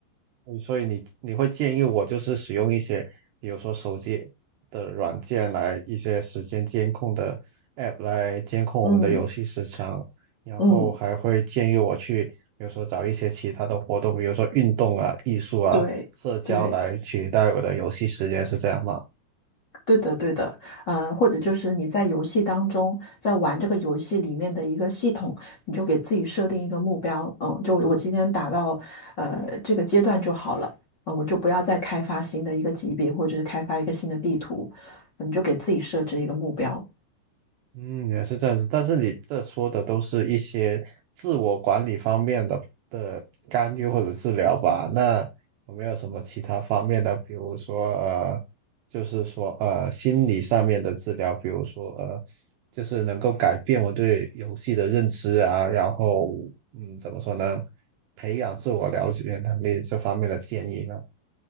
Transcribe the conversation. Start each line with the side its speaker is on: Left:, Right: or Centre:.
Right: 嗯所以你你会建议我就是使用一些，比如说手机的软件来一些时间监控的 app 来监控我们的游戏时长，
Left: 嗯
Right: 然后还会建议我去，
Left: 嗯，
Right: 比如说找一些其他的活动，比如说运动啊、艺术啊、
Left: 对对。
Right: 社交来取代我的游戏时间，是这样吗？
Left: 对的，对的，呃，或者就是你在游戏当中，在玩这个游戏里面的一个系统，你就给自己设定一个目标，嗯，就我今天打到呃这个阶段就好了，啊、我就不要再开发新的一个级别，或者是开发一个新的地图，嗯你就给自己设置一个目标。
Right: 嗯，也是这样子，但是你这说的都是一些自我管理方面的的干预或者治疗吧？那有没有什么其他方面的，比如说呃，就是说呃心理上面的治疗，比如说呃，就是能够改变我对游戏的认知啊，然后嗯，怎么说呢，培养自我了解能力这方面的建议呢？